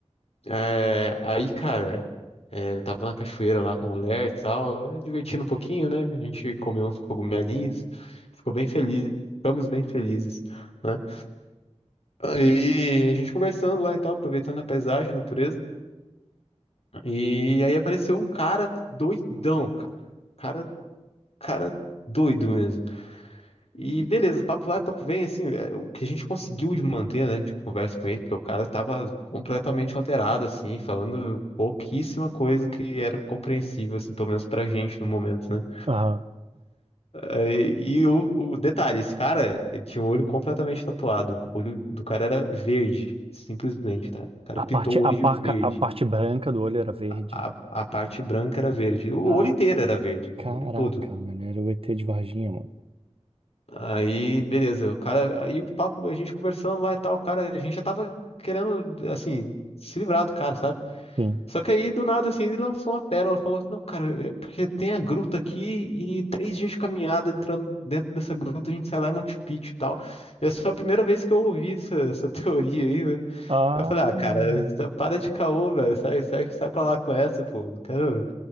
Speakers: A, on the left (about 60°); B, on the right (about 55°).
A: É, aí, cara, é, tava na cachoeira lá com a mulher e tal, divertindo um pouquinho, né? A gente comeu uns cogumelinhos, ficou bem feliz, ficamos bem felizes, né? Aí a gente conversando lá e tal, aproveitando a paisagem, a natureza. E aí apareceu um cara doidão, cara. Cara, cara doido mesmo. E beleza, papo vai, papo vem, assim, é, o que a gente conseguiu de manter, né, de conversa com ele, porque o cara tava completamente alterado, assim, falando pouquíssima coisa que era compreensível, assim, pelo menos pra gente no momento, né?
B: Aham.
A: Aí, E, o, o detalhe, esse cara, ele tinha o olho completamente tatuado, o olho do cara era verde, simplesmente, tá? O cara
B: A
A: pintou
B: parte,
A: o olho
B: a parca,
A: de verde,
B: a parte branca do olho era verde.
A: a, a parte branca era verde, o
B: Ca-
A: olho inteiro era verde,
B: Caraca,
A: o olho todo,
B: mano. Era o ET de Varginha, mano.
A: Aí, beleza, o cara, aí o papo, a gente conversando lá e tal, o cara, a gente já tava querendo, assim, se livrar do cara, sabe?
B: Sim.
A: Só que aí, do nada, assim, ele lançou uma pérola, falou assim, não, cara, é porque tem a gruta aqui e três dias de caminhada entrando dentro dessa gruta, a gente sai lá em Machu Picchu e tal. Essa foi a primeira vez que eu ouvi essa, essa <laughs> teoria aí, né?
B: Ah,
A: Eu falei, ah, cara, tá- para de caô, velho. Sai, sai, sai pra lá com essa, pô. Não quero.